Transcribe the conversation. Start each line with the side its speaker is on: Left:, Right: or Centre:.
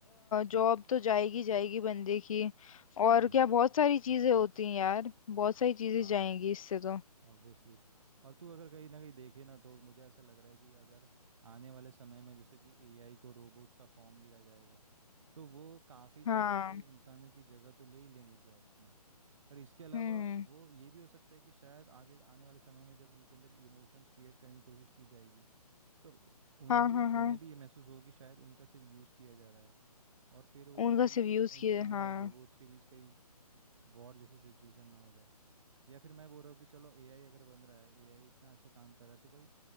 Left: जॉब तो जाएगी जाएगी बंदे की
Right: हम्म
Left: और क्या बहुत सारी चीजें होती हैं यार बहुत सारी चीजें
Right: हाँ
Left: जाएंगी इससे तो
Right: ऑब्वियसली और तू अगर कहीं ना कहीं देखे ना तो मुझे ऐसा लग रहा है कि अगर आने वाले समय में जैसे कि एआई को रोबोट्स का फॉर्म दिया जाएगा तो वो काफ़ी जगह
Left: हाँ
Right: पे इंसानों की जगह तो ले ही लेंगे जॉब्स में पर इसके अलावा
Left: हम्म
Right: वो ये भी हो सकता है कि शायद आगे आने वाले समय में जब उनके अंदर इमोशंस क्रिएट करने की कोशिश की जाएगी तो उन्हें
Left: हाँ
Right: भी
Left: हाँ हाँ
Right: उन्हें भी ये महसूस होगी शायद उनका सिर्फ यूज़ किया जा रहा है और फिर वो
Left: उनका
Right: इन
Left: सिर्फ यूज
Right: इंसानों
Left: किए हाँ
Right: और रोबोट्स के बीच कहीं वॉर जैसी सिचुएशन ना हो या फिर मैं बोल रहा हूँ कि चलो एआई अगर बन रहा है एआई इतना अच्छा काम कर रहा है तो भाई